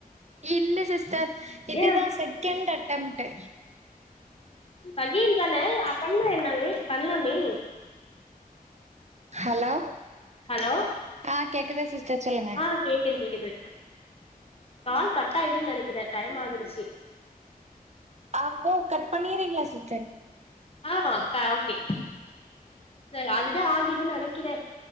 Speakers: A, on the right; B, on the left.
A: இல்ல சிஸ்டர் இதுதா
B: ஏ
A: செகண்ட் அட்டெம்ட்டு
B: கைய்யேன்தானே அப்பண்ணா என்னவெய் பண்லாமே
A: ஹலோ
B: ஹலோ
A: ஆ கேக்குதா சிஸ்டர் சொல்லுங்க
B: ஆ கேக்குது கேக்குது கால் கட்டாயிடுன் நெனைக்கிறே டைம் ஆகிடுச்சி
A: ஆப்போ கட் பண்ணிறீங்ளே சிஸ்டர்
B: ஆ கா ஓகே செரி அதுவே ஆகிடுன் நெனைக்கிறே